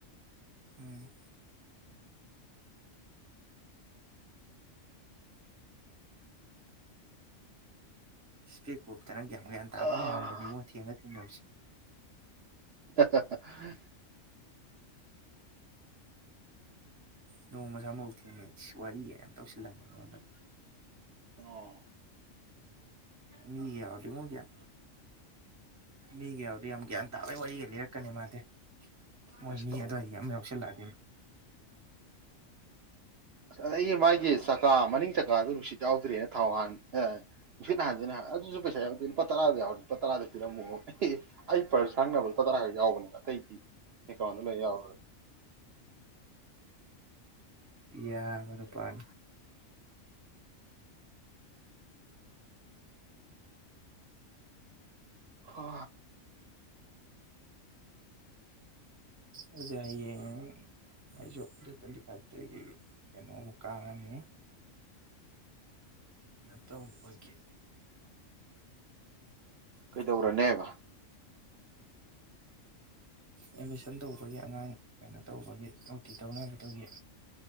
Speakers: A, on the right; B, on the right.
A: ꯎꯝ꯫ ꯏꯁꯄꯦꯛ ꯀꯨꯞ ꯇ ꯌꯥꯝ ꯒꯌꯥꯟ ꯇꯥꯕ
B: ꯑꯥ
A: ꯃꯥꯟꯕꯅꯤꯉꯣ ꯊꯦꯡꯒ ꯊꯦꯡꯅꯕꯁꯦ꯫
B: <unintelligible>
A: ꯅꯣꯡꯃ ꯁꯥꯃꯧ ꯊꯦꯡꯅꯩ ꯏꯁ ꯋꯥꯔꯤꯒ ꯌꯥꯝ ꯇꯧꯁꯤꯜꯂꯝꯃꯦ ꯑꯩꯉꯣꯟꯗ꯫
B: ꯑꯣ꯫
A: ꯃꯤꯒ ꯌꯥꯎꯗꯤ ꯑꯃꯨꯛ ꯒ꯭ꯌꯥꯟ ꯃꯤꯒ ꯌꯥꯎꯗꯤ ꯌꯥꯝ ꯒ꯭ꯌꯥꯟ ꯇꯥꯕꯩ ꯋꯥꯔꯤꯒ ꯂꯤꯔꯛꯀꯅꯤ ꯃꯥꯗꯤ꯫ ꯃꯣꯏ
B: ꯑꯁ
A: ꯃꯤ
B: ꯇꯧ
A: ꯑꯗꯨꯋꯥꯏ ꯌꯥꯝ ꯌꯥꯎꯁꯜꯂꯛꯑꯗꯤ꯫
B: ꯑꯁ ꯑꯗꯒꯤ ꯃꯥꯒꯤ ꯆꯀꯥ ꯃꯅꯤꯡ ꯆꯀꯥꯗꯨ ꯅꯨꯡꯁꯤꯠ ꯌꯥꯎꯗ꯭ꯔꯦꯅ ꯊꯥꯎ ꯍꯥꯟ ꯑꯥ ꯅꯨꯡꯁꯤꯠ ꯍꯥꯟꯁꯤꯅ ꯍꯥꯏ ꯑꯗꯨꯁꯨ ꯄꯩꯁꯥ ꯌꯥꯎꯗ꯭ꯔꯦ ꯂꯨꯄꯥ ꯇꯔꯥꯗ ꯌꯥꯎꯔꯗꯤ ꯂꯨꯄꯥ ꯇꯔꯥꯗ ꯄꯤꯔꯝꯃꯣ ꯑꯩ ꯄꯔꯁ ꯁꯪꯅꯕ ꯂꯨꯄꯥ ꯇꯔꯥ ꯈꯛ ꯌꯥꯎꯕꯅꯦꯕ ꯑꯇꯩꯗꯤ꯫ ꯑꯦꯀꯥꯎꯗ ꯂꯣꯏꯅ ꯌꯧꯔꯦ꯫
A: ꯌꯥꯕ ꯅꯨꯄꯥꯅꯤ꯫
B: ꯍꯥ꯫
A: ꯗꯨꯗꯤ ꯍꯌꯦꯡ꯫ ꯑꯩꯁꯨ ꯗꯦꯠ ꯇꯣꯋꯦꯟꯇꯤ ꯐꯥꯏꯚꯇꯒꯤ ꯀꯩꯅꯣꯃꯨꯛ ꯀꯥꯔꯅꯤ꯫ ꯅꯇꯧꯕꯒꯤ꯫
B: ꯀꯩꯗꯧꯔꯅꯦꯕ
A: ꯑꯦꯠꯃꯤꯁꯟ ꯇꯧꯕꯒꯤ ꯑꯉꯥꯡ ꯀꯩꯅꯣ ꯇꯧꯕꯒꯤ ꯑꯣ ꯇꯤ ꯇꯧꯅꯕ ꯇꯧꯒꯤ